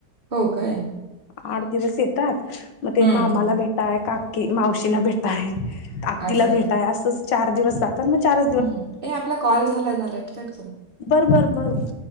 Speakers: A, on the right; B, on the left.
A: हो काय
B: आठ दिवस येतात मग ते
A: हम्म
B: मामाला भेटाय काकी मावशीला भेटा आहे आत् तिला
A: असं
B: भेटाय असंच चार दिवस जातात मग चार
A: ह ए आपला कॉल झाला झाला टिकट झा
B: बरोबर बरोबर